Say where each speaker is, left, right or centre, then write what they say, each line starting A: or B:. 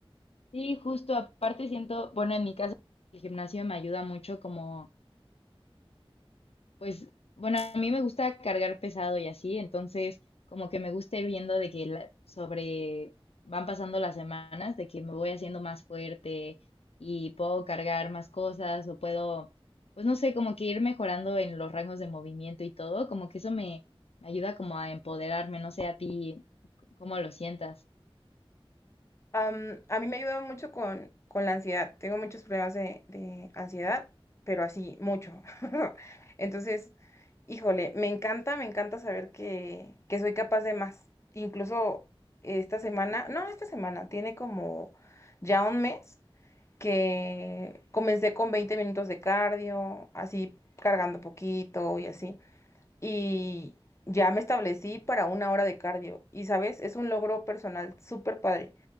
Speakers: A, on the left; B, on the left.
A: Sí, justo aparte siento, bueno, en mi caso, El gimnasio me ayuda mucho como pues, bueno, a mí me gusta cargar pesado y así, entonces como que me gusta ir viendo de que la- sobre van pasando las semanas, de que me voy haciendo más fuerte y puedo cargar más cosas o puedo, pues no sé, como que ir mejorando en los rangos de movimiento y todo, como que eso me, me ayuda como a empoderarme, no sé a ti cómo lo sientas.
B: Am, a mí me ayuda mucho con, con la ansiedad. Tengo muchos problemas de, de ansiedad, pero así, mucho. <laughs> Entonces, híjole, me encanta, me encanta saber que, que soy capaz de más. Incluso esta semana, no, esta semana, tiene como ya un mes que comencé con 20 minutos de cardio, así cargando poquito y así. Y ya me establecí para una hora de cardio. Y sabes, es un logro personal súper padre